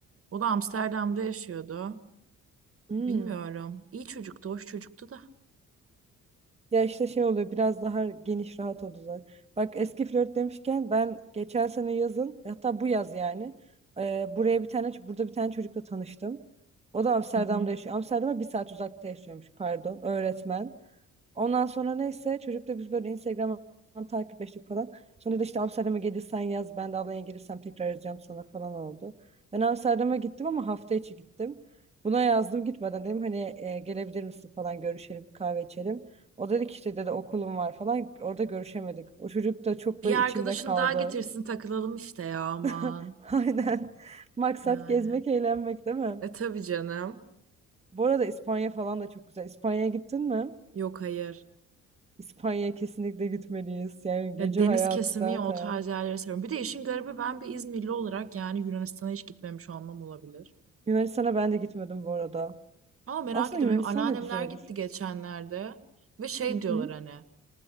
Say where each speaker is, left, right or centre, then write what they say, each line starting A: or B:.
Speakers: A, on the right; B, on the right.
A: O da Amsterdam'da yaşıyordu.
B: Hmm.
A: Bilmiyorum. İyi çocuktu, hoş çocuktu da.
B: Ya işte şey oluyor biraz daha geniş rahat oluyor. Bak eski flört demişken ben geçen sene yazın hatta bu yaz yani e, buraya bir tane burada bir tane çocukla tanıştım. O da Amsterdam'da
A: Hı hı.
B: yaşıyor. Amsterdam'a bir saat uzakta yaşıyormuş pardon öğretmen. Ondan sonra neyse çocukla biz böyle Instagram'dan takipleştik falan. Sonra da işte Amsterdam'a gelirsen yaz ben de Alanya'ya gelirsem tekrar yazacağım sana falan oldu. Ben Amsterdam'a gittim ama hafta içi gittim. Buna yazdım gitmeden dedim hani e, gelebilir misin falan görüşelim bir kahve içelim. O dedi ki işte dedi okulum var falan orada görüşemedik. O çocuk da çok
A: Bir
B: böyle içimde
A: arkadaşın
B: kaldı.
A: daha getirsin takılalım işte ya aman.
B: <laughs> Aynen. Maksat
A: Yani.
B: gezmek eğlenmek değil mi?
A: E tabii canım.
B: Bu arada İspanya falan da çok güzel. İspanya'ya gittin mi?
A: Yok hayır.
B: İspanya'ya kesinlikle gitmeliyiz. Yani gece
A: Ya deniz
B: hayatı
A: kesimi
B: zaten.
A: ya o tarz yerleri seviyorum. Bir de işin garibi ben bir İzmirli olarak yani Yunanistan'a hiç gitmemiş olmam olabilir.
B: Yunanistan'a ben de gitmedim bu arada.
A: Ama merak
B: Aslında
A: ediyorum.
B: Yunanistan
A: Benim anneannemler
B: da güzel olur.
A: gitti geçenlerde ve şey
B: Hı hı.
A: diyorlar hani